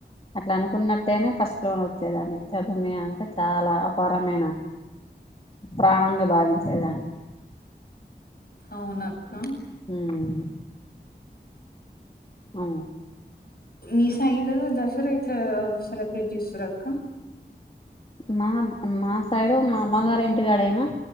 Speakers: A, on the left; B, on the left.
A: అట్లా అనుకున్నట్టేనే ఫస్ట్ లోనె వచ్చేదాన్ని. చదుమీ అంటే చాలా అపర్ మైన ప్రాణంగా భావించేదాన్ని.
B: అవునక్క
A: హ్మ్ అవును
B: మీ సైడ్ దసరా ఎట్లా సెలబ్రేట్ చేస్తరక్క?
A: మా మా సైడు మా అమ్మగారి ఇంటికాడ ఏమో